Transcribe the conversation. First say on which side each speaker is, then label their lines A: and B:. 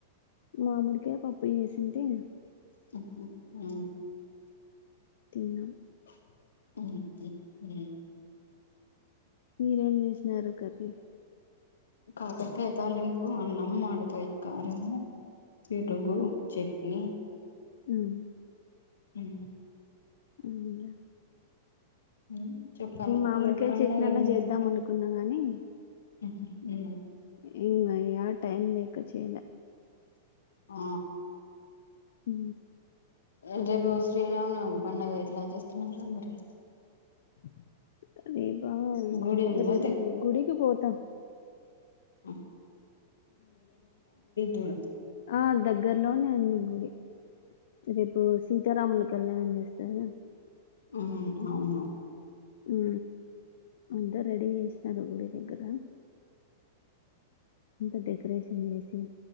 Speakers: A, on the left; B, on the left.
A: మామిడి కాయ పప్పు చేసింది
B: అ <unintelligible>
A: తిన్నాం
B: <unintelligible>
A: మీరు ఏం చేసినారు కర్రీ
B: కాకరకాయ తాలింపు అన్నం మాడికాయ కారము పెరుగు
A: మ్మ్
B: చట్నీ
A: మ్మ్
B: ఉ
A: ఉన్న
B: ఉమ్ చెప్పాల
A: మామిడికాయ
B: రేపు పండుగ
A: చట్నీ అన్నా
B: ఏం
A: చేద్దాం
B: చేస్తున్నారు
A: అనుకున్నా గాని
B: ఉహు ఊ
A: <unintelligible> టైం లేక చేయలా
B: ఆ
A: ఉ
B: ఆ రేపు శ్రీరామనవమి పండగ ఎట్లా చేస్తున్నారో మరి
A: <unintelligible> ఐ
B: గుడి ఉందా
A: రేపు గుడికి పోతం
B: ఆ దూరం
A: ఆ దగ్గర్లోనే ఉంది గుడి రేపు సీతారాముల కళ్యాణం వస్తారా
B: ఉ అవును
A: ఉ అంతా రెడీ చేసాము గుడి కాడ అంత డెకరేషన్ చేసి